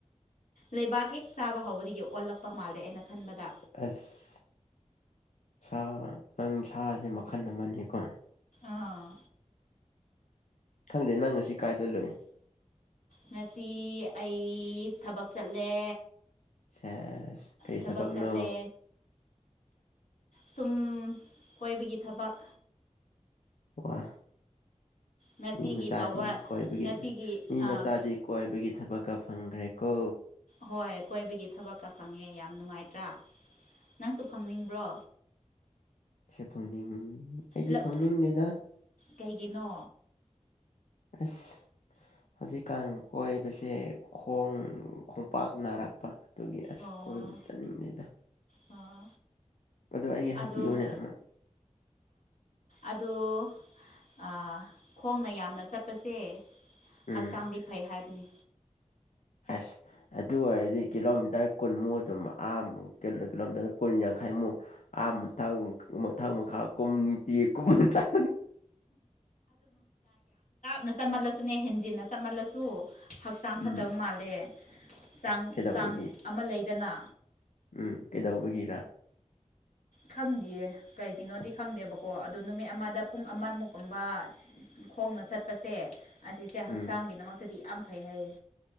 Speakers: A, on the left; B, on the left.
A: ꯂꯩꯕꯥꯛ ꯍꯦꯛ ꯆꯥꯕ ꯍꯧꯕꯗꯒꯤ ꯑꯣꯜꯂꯛꯄ ꯃꯥꯜꯂꯦ ꯑꯩꯅ ꯈꯟꯕꯗ
B: ꯑꯁ ꯁꯥ ꯅꯪ ꯁꯥꯁꯦ ꯃꯈꯜ ꯑꯃꯅꯤꯀꯣ
A: ꯑꯥ
B: ꯈꯪꯗꯦ ꯅꯪ ꯉꯁꯤ ꯀꯥꯏ ꯆꯜꯂꯨꯏ
A: ꯉꯁꯤ ꯑꯩ ꯊꯕꯛ ꯆꯠꯂꯦ
B: ꯁꯦꯁ ꯀꯔꯤ
A: ꯊꯕꯛ
B: ꯊꯕꯛꯅꯣ
A: ꯆꯠꯂꯦ ꯁꯨꯝ ꯀꯣꯏꯕꯒꯤ ꯊꯕꯛ
B: ꯋꯥ
A: ꯉꯁꯤꯒꯤ
B: ꯃꯤ ꯃꯆꯥꯗꯤ
A: ꯇꯧꯕ
B: ꯀꯣꯏꯕꯒꯤ
A: ꯉꯁꯤꯒꯤ
B: ꯃꯤ
A: ꯑꯥ
B: ꯃꯆꯥꯗꯤ ꯀꯣꯏꯕꯒꯤ ꯊꯕꯛꯀ ꯐꯪꯈ꯭ꯔꯦꯀꯣ
A: ꯍꯣꯏ ꯀꯣꯏꯕꯒꯤ ꯊꯕꯛꯀ ꯐꯪꯉꯦ ꯌꯥꯝ ꯅꯨꯡꯉꯥꯏꯇ꯭ꯔꯥ ꯅꯪꯁꯨ ꯐꯪꯅꯤꯡꯕ꯭ꯔꯣ
B: ꯑꯁꯦ ꯐꯪꯅꯤꯡ ꯑꯩꯗꯤ
A: ꯂꯞ
B: ꯐꯪꯅꯤꯡꯗꯦꯗ
A: ꯀꯩꯒꯤꯅꯣ
B: ꯑꯁ ꯍꯧꯖꯤꯛꯀꯥꯟ ꯀꯣꯏꯕꯁꯦ ꯈꯣꯡ ꯄꯥꯛ ꯅꯥꯔꯛꯄ ꯑꯗꯨꯒꯤ ꯑꯁ
A: ꯑꯣ
B: ꯀꯣꯏꯕ ꯆꯠꯅꯤꯡꯗꯦꯗ
A: ꯑꯣ
B: ꯑꯗꯨ ꯑꯩꯒꯤ
A: ꯑꯗꯣ
B: ꯍꯥꯞꯄꯤꯌꯣꯅꯦ ꯑꯃ
A: ꯑꯗꯣ ꯑ ꯈꯣꯡꯅ ꯌꯥꯝꯅ ꯆꯠꯄꯁꯦ
B: ꯎꯝ
A: ꯍꯛꯆꯥꯡꯗꯤ ꯐꯩ ꯍꯥꯏꯕꯅꯤ
B: ꯑꯁ ꯑꯗꯨ ꯑꯣꯏꯔꯗꯤ ꯀꯤꯂꯣꯃꯤꯇꯔ ꯀꯨꯟꯃꯨꯛ ꯑꯗꯨꯝ ꯑ ꯀꯤꯂꯣꯃꯤꯇꯔ ꯀꯨꯟ ꯈꯥꯏꯃꯨ ꯑꯥ ꯃꯊꯪ ꯃꯊꯪ ꯃꯈꯥ ꯀꯨꯝꯗꯦ ꯀꯨꯝ ꯆꯠ
A: ꯅ ꯆꯠꯃꯜꯂꯁꯨꯅꯦ ꯍꯦꯟꯖꯤꯟꯅ ꯆꯞꯃꯜꯂꯁꯨ ꯍꯛꯆꯥꯡ
B: ꯎꯝ
A: ꯐꯠꯇꯕ ꯃꯥꯜꯂꯦ ꯆꯥꯡ
B: ꯑꯁ ꯀꯩꯗꯧꯕꯒꯤ
A: ꯆꯥꯡ ꯑꯃ ꯂꯩꯗꯅ
B: ꯎꯝ ꯀꯩꯗꯧꯕꯒꯤ
A: ꯈꯪꯗꯦ ꯀꯩꯒꯤꯅꯣꯗꯤ
B: ꯑꯁ
A: ꯈꯪꯗꯦ ꯀꯣ ꯑꯗꯨ ꯅꯨꯃꯤꯠ ꯑꯃꯗ ꯄꯨꯡ ꯑꯃ ꯃꯨꯛꯀꯨꯝꯕ ꯈꯣꯡꯅ ꯆꯠꯄꯁꯦ ꯑꯁꯤꯁꯦ
B: ꯎꯝ
A: ꯍꯛꯆꯥꯡꯒꯤꯗꯃꯛꯇꯗꯤ ꯌꯥꯝ ꯐꯩ ꯍꯥꯏꯌꯦ